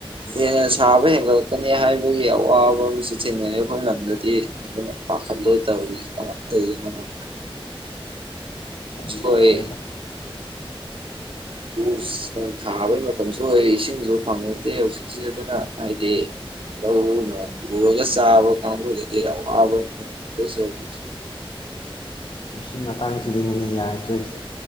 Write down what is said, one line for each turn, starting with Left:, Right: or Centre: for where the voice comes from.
Right: ꯍꯦꯟꯅ ꯁꯥꯕ ꯍꯦꯟꯒꯠꯂꯛꯀꯅꯤ ꯍꯥꯏꯕꯒꯤ ꯑꯋꯥꯕ ꯑꯃꯁꯨ ꯊꯦꯡꯅꯔꯦ ꯑꯩꯈꯣꯏ ꯂꯝꯗꯗꯤ ꯑꯗꯨꯅ ꯄꯥꯈꯠꯂꯦ ꯇꯧꯔꯤꯁꯦ ꯀꯃꯥꯏꯟ ꯇꯧꯗꯨꯏꯅꯣ ꯈꯪꯗꯦ
Left: <unintelligible>
Right: ꯁꯣꯏ ꯎꯁ ꯐꯧ ꯊꯥꯕꯩ ꯃꯇꯝꯁꯨ ꯑꯣꯏꯔꯦ ꯏꯁꯤꯡꯁꯨ ꯐꯪꯉꯛꯇꯦ ꯍꯧꯖꯤꯛꯁꯤ ꯑꯗꯨꯅ ꯍꯥꯏꯗꯤ ꯂꯧ ꯎꯔ ꯆꯥꯕ ꯀꯥꯡꯕꯨꯗꯨꯗꯤ ꯑꯋꯥꯕꯃꯅꯤ ꯑꯣꯏꯗꯨꯏꯁꯦ ꯍꯧꯖꯤꯛꯁꯦ
Left: ꯁꯤ ꯃꯇꯥꯡꯁꯤꯗꯅꯤꯅꯦ ꯌꯥꯔꯛꯇ꯭ꯔꯤꯁꯦ